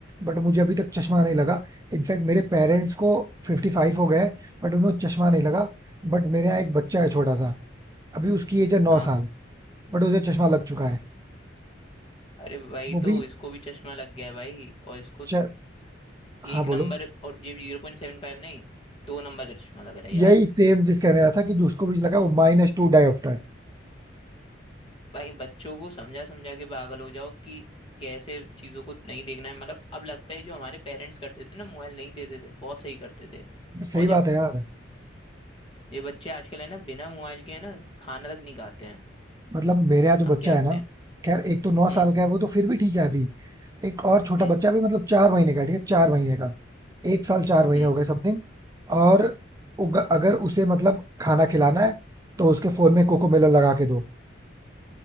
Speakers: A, on the right; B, on the left.
A: बट मुझे अभी तक चश्मा नहीं लगा इनफैक्ट मेरे पेरेंट्स को फिफ्टी फाइव हो गए हैं बट उन्हें चश्मा नहीं लगा बट मेरे यहाँ एक बच्चा है छोटा सा अभी उसकी एज है नौ
B: हाँ
A: साल बट उसे चश्मा लग चुका है
B: अरे भाई
A: वो भी
B: तो इसको भी चश्मा लग गया है भाई और इसको
A: च... हाँ
B: एक
A: बोलो
B: नंबर और ये जीरो पॉइंट सेवन फाइव नहीं दो नंबर का चश्मा लग रहा है यार
A: यही सेम जिस कह रहा था कि उसको भी लगा वो माइनस टू डायोप्टर
B: भाई बच्चों को समझा समझा के पागल हो जाओ कि कैसे चीजों को नहीं देखना है मतलब अब लगता है जो हमारे पेरेंट्स करते थे ना मोबाइल नहीं देते थे बहुत सही करते थे
A: है। सही
B: और जब
A: बात है यार
B: ये बच्चे आजकल है ना बिना मोबाइल के है ना खाना तक नहीं खाते हैं
A: मतलब मेरे यहाँ जो बच्चा
B: अब क्या
A: है
B: करें
A: ना खैर एक
B: हम्म
A: तो नौ साल का है वो तो फिर भी ठीक है अभी एक और छोटा
B: हम्म
A: बच्चा भी मतलब चार महीने का है, ठीक है चार महीने का एक साल चार महीने
B: हम्म
A: हो गए समथिंग और उग- अगर उसे मतलब खाना खिलाना है तो उसके फोन में कोको मेलन लगा के दो